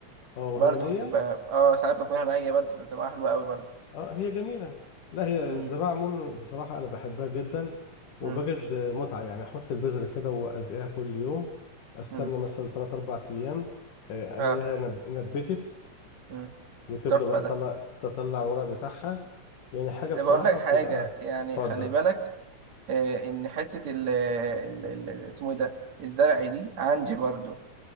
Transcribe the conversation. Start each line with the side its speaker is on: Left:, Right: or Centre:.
Left: اه
Right: برضه
Left: وهي نيه
Right: كنت ب... اه ساعات باكلها نية برضه بتبقى حلوة أوي برضه
Left: اه هي جميله لا هي
Right: مم.
Left: الزراعه عموما بصراحه انا بحبها جدا وبجد
Right: مم.
Left: آه، متعه يعني احط البذره كده وازقيها كل يوم استنى
Right: مم.
Left: مثلا 3 4 ايام آه،
Right: اه
Left: الاقيها نب- نبتت
Right: مم.
Left: وتبدأ
Right: تحفة
Left: بقى
Right: ده
Left: تطلع تطلع الورق بتاعها يعني حاجة
Right: إيه،
Left: بصراحة
Right: بقول لك حاجة
Left: بتبقى
Right: يعني
Left: اتفضل
Right: خلي بالك آه إن حتة ال ال- ال- ال- اسمه إيه ده الزرع دي عندي برضو